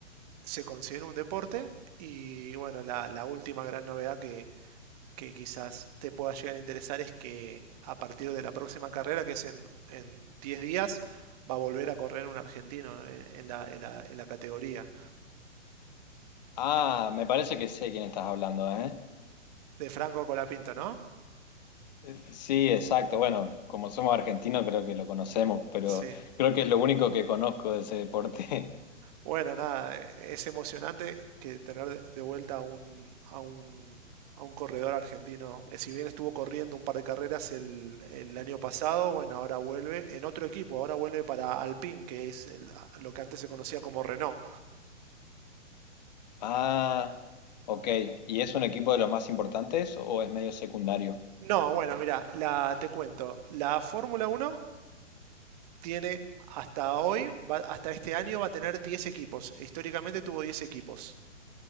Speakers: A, on the right; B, on the left.
A: Se considera un deporte y bueno, la, la última gran novedad que, que quizás te pueda llegar a interesar es que a partir de la próxima carrera, que es en, en 10 días, va a volver a correr un argentino en, en la, en la- en la categoría
B: Ah, me parece que sé quién estás hablando, ¿eh?
A: de Franco Colapinto, ¿no?
B: Eh, Sí, exacto. Bueno, como somos argentinos creo que lo conocemos, pero
A: Sí.
B: creo que es lo único que conozco de ese deporte. <laughs>
A: Bueno, nada, e- es emocionante que tener de de vuelta a un, a un, a un corredor argentino. Eh, Si bien estuvo corriendo un par de carreras el, el año pasado, bueno, ahora vuelve en otro equipo, ahora vuelve para Alpine, que es el- lo que antes se conocía como Renault.
B: Ah, ok. ¿Y es un equipo de los más importantes o es medio secundario?
A: No, bueno, mira, la, te cuento, la Fórmula Uno tiene hasta hoy, va- hasta este año va a tener 10 equipos. Históricamente tuvo 10 equipos.